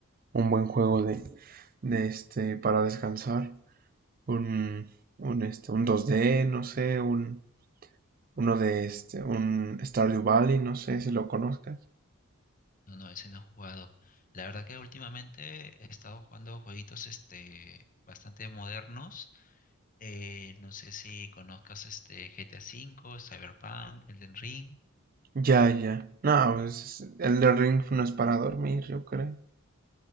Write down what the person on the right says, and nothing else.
un buen juego de de este para descansar. un, un, este, un dos d no sé, un, uno de este, un Stardew Valley, no sé si lo conozcas.
Ya, ya. No, pues el de Ring no es para dormir, yo creo.